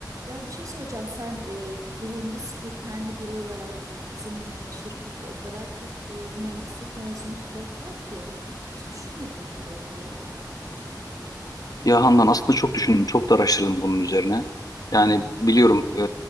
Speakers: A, on the right; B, on the left.
A: Ya bir şey söyleyeceğim. Sen e, mühendis kökenli biri olarak bak bizim e, şirkette o kadar çok e, mühendislik mezunu pilot var ki hiç düşünmedi mi pilotluğu?
B: Ya Handan aslında çok düşündüm, çok da araştırdım bunun üzerine. Yani
A: Hmm.
B: biliyorum, e,